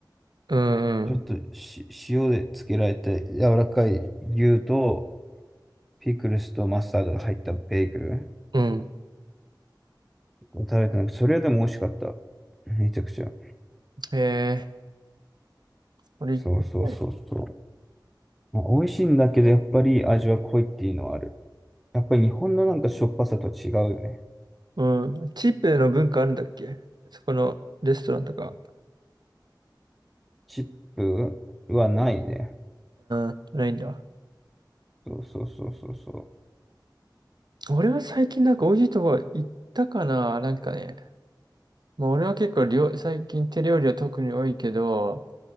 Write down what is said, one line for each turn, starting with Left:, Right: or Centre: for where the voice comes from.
Right: うんうん。
Centre: ちょっとし塩でつけられて柔らかい牛と、ピクルスとマスタードが入ったベーグル。
Right: うん。
Centre: 食べてなくて、それでも美味しかった。めちゃくちゃ。
Right: へえ。俺行ってない、
Centre: そうそうそうそう。まあ、美味しいんだけど、やっぱり味は濃いっていうのはある。やっぱり日本のなんかしょっぱさと違うよね。
Right: うん。チープの文化あるんだっけそこのレストランとか。
Centre: チップはないね。
Right: うん。ないんだ。
Centre: そうそうそうそうそ
Right: 俺は最近なんか美味しいとこ行ったかななんかね。まあ俺は結構料、最近手料理は特に多いけど、